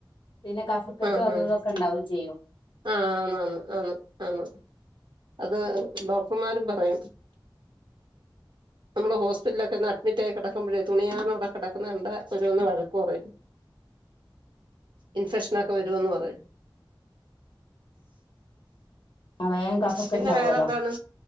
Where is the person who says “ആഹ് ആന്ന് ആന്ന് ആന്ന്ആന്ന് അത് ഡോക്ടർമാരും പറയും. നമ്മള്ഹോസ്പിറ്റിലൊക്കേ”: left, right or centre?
Right